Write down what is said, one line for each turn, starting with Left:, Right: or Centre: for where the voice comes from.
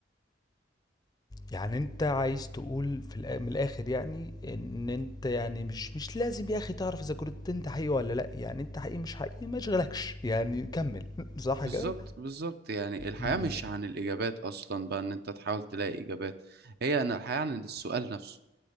Left: يعني انت عايز تقول في الآ- من الاخر يعني ان انت يعني مش مش لازم يا اخي تعرف اذا كنت انت حقيقي ولا لا يعني انت حقيقي مش حقيقي ما يشغلكش يعني كمل <laughs> صح
Right: بالظبط
Left: كده
Right: بالظبط يعني الحياة
Left: مم.
Right: مش عن الإجابات أصلا بقى إن أنت تحاول تلاقي إجابات هي أن الحياة عن السؤال نفسه